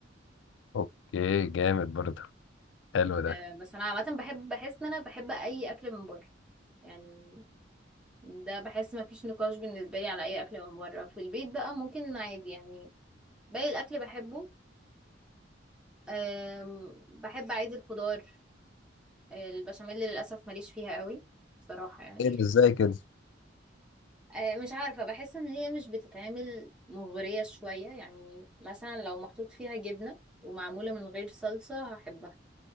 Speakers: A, on the left; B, in the centre.
A: أوكي جامد برضه حلو ده
B: أه بس انا عامة بحب بحس ان انا بحب اي اكل من بره يعني ده بحس ما فيش نقاش بالنسبة لي على أي أكل من بره في البيت بقى ممكن عادي يعني باقي الأكل بحبه أم، بحب عادي الخضار أه، البشاميل للأسف ماليش فيها قوي صراحة يعني
A: ايه ده
B: <laughs>
A: ازاي كده
B: أه، مش عارفة بحس إن هي مش بتتعمل مغرية شوية يعني مثلا لو محطوط فيها جبنة ومعمولة من غير صلصة هحبها